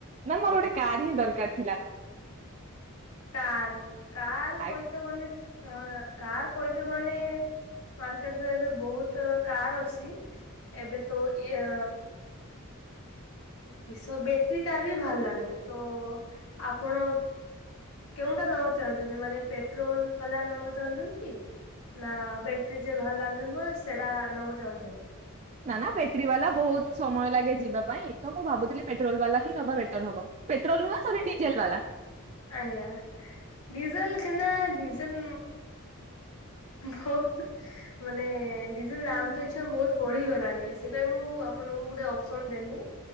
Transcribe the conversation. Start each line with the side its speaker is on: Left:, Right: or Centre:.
Right: ନାଇ ମୋର ଗୋଟେ କାଢି ଦର୍କାର୍ ଥିଲା।
Left: ତାର କାର୍
Right: ଆ
Left: କହିତେ ଏ କାର୍ କହିତେ ଗଲେ ମାର୍କେଟ୍ କୁ ଏବେ ବହୁତୁ କାର୍ ଅଛି ଏବେ ତୋ ଇଏ କିଶ ବେଟ୍ରି କାର୍ ବି ବାହାଲାନି ତ ଆପଣ କେଉଁଟା ନବାକୁ ଚାହୁଁଛନ୍ତି ମାନେ ପେଟ୍ରୋଲ୍ ବାଲା ନବାକୁ ଚାହୁଁଛନ୍ତି ନା ବେ ଟିଏ ଯେ ଭଲାନି ନୁହେଁ ସେଟା ନବାକୁ ଚାହୁଁଛନ୍ତି
Right: ନା ନା ବେଟ୍ରି ବାଲା ବହୁତ୍ ସମୟ ଲାଗେ ଯିବା ପାଇଁ ତ ମୁଁ ଭାବୁଥିଲି ପେଟ୍ରୋଲ୍ ବାଲା ହିଁ ନବା ବେଟର୍ ହବ ପେଟ୍ରୋଲ୍ ନୁହଁ ସରି ଡିଜେଲ୍ ବାଲା
Left: ଆଜ୍ଞା ଡିଜେଲ୍ କେନା ଡିଜେଲ୍ ବହୁତୁ ମାନେ ଡିଜେଲ୍ ଲାମ୍ ତ ପିଛା ବହୁତ୍ ବଢି ଗଲାଣି ସେଇଥି ପାଇଁ ମୁଁ ଆପଣଙ୍କୁ ଗୋଟେ ଅପସନ୍ ଦେଲି